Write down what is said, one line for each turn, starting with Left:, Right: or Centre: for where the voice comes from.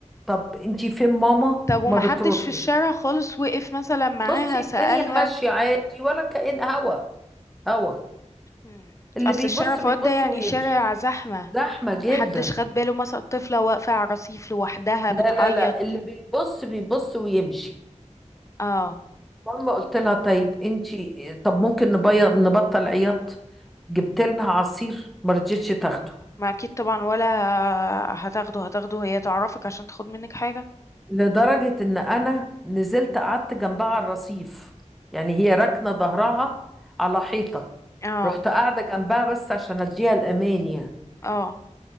Centre: طب انتي فين ماما
Left: طب ومحدش
Centre: ما بتردش
Left: في الشارع خالص وقف مثلا معاها
Centre: بصي
Left: سألها
Centre: الدنيا ماشية عادي ولا كأن هوا هوا
Left: مم.
Centre: اللي
Left: اصل
Centre: بيبص
Left: الشارع فؤاد
Centre: بيبص
Left: ده يعني
Centre: ويمشي
Left: شارع زحمة
Centre: زحمة جدا
Left: محدش خد باله مثلا الطفلة واقفة على الرصيف لوحدها
Centre: لا
Left: بتعيط
Centre: لا لا اللي بيبص بيبص ويمشي
Left: اه
Centre: ماما قلت لها طيب انتي طب ممكن نبي- نبطل عياط جبت لها عصير ما رضتش تاخده
Left: ما اكيد طبعا ولا هتاخده هتاخده هي تعرفك عشان تاخد منك حاجة
Centre: لدرجة ان انا نزلت قعدت جنبها على الرصيف يعني هي راكنة ظهرها على حيطة
Left: اه
Centre: رحت قاعدة جنبها بس عشان اديها الامان يعني
Left: اه